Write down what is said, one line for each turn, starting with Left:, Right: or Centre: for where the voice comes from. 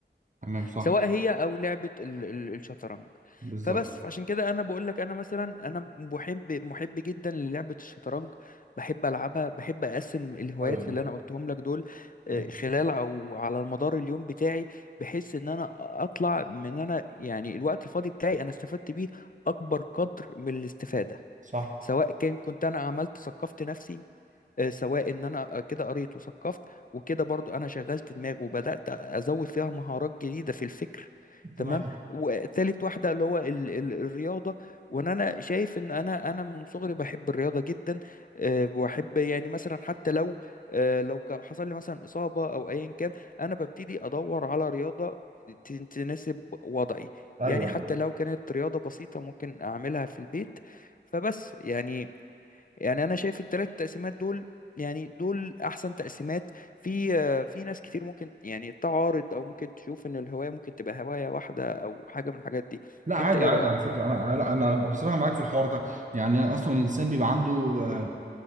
Right: تمام صح
Left: سواء هي او لعبه ال- ال- الشطرنج
Right: بالظبط
Left: فبس فعشان كده انا بقول لك انا مثلا انا محب محب جدا للعبه الشطرنج بحب العبها بحب اقسم الهوايات
Right: ايوه لا.
Left: اللي انا قلتهم لك دول آه،
Right: تمام
Left: خلال او على المدار اليوم بتاعي بحيث ان انا اطلع من انا يعني الوقت الفاضي بتاعي انا استفدت بيه اكبر قدر من الاستفاده
Right: صح
Left: سواء كان كنت انا عملت ثقفت نفسي آه، سواء ان انا آه، كده قريت وثقفت وكده برضو انا شغلت دماغي وبدات ازود فيها مهارات جديده في الفكر تمام
Right: تمام
Left: وتالت واحده اللي هو ال ال الرياضه وان انا شايف ان انا انا من صغري بحب الرياضه جدا آه، واحب يعني مثلا حتى لو آه، لو كان حصل لي مثلا اصابه او ايا كان انا ببتدي ادور على رياضه ت- تناسب وضعي
Right: ايوه
Left: يعني
Right: أيوة.
Left: حتى لو كانت رياضه بسيطه ممكن اعملها في البيت فبس يعني يعني انا شايف الثلاث تقسيمات دول يعني دول احسن تقسيمات في آه، في ناس كتير ممكن يعني تعارض او ممكن تشوف ان الهواية ممكن تبقى هواية واحدة او حاجة من الحاجات دي
Right: لا عادي
Left: انت ايه
Right: عادي
Left: رأيك
Right: على فكره انا انا أنا بصراحه معاك في الحوار ده يعني أنا اصلا الانسان بيبقى عنده آه،